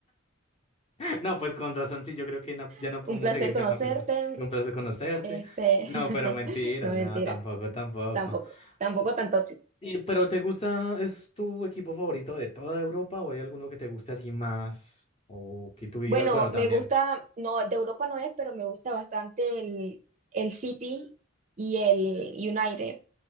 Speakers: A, on the left; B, on the right.
A: No, pues con razón, sí, yo creo que no-
B: <laughs>
A: ya no podemos
B: Un placer
A: seguir
B: conocerte,
A: siendo amigos. Fue un placer conocerte.
B: este...
A: No,
B: <laughs>
A: pero mentiras,
B: No, mentira,
A: no, tampoco, tampoco.
B: tampoco, tampoco tanto
A: Y- y- pero ¿te gusta, es tu equipo favorito de toda Europa o hay alguno que te guste así más? O que tú digas,
B: Bueno,
A: bueno,
B: me
A: también
B: gusta, no, de Europa no es, pero me gusta bastante el, el City y el United,